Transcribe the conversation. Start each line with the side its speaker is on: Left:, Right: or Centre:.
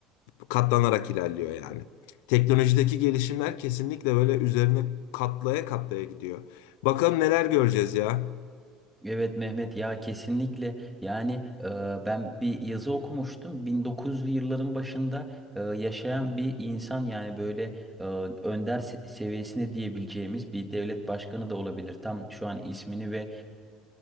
Left: katlanarak ilerliyor yani. Teknolojideki gelişimler kesinlikle böyle üzerine katlaya katlaya gidiyor. Bakalım neler göreceğiz ya.
Centre: Evet Mehmet ya kesinlikle yani eee, ben bir yazı okumuştum 1900'lü yılların başında eee, yaşayan bir insan yani böyle eee, önder se- seviyesinde diyebileceğimiz bir devlet başkanı da olabilir tam şu an ismini ve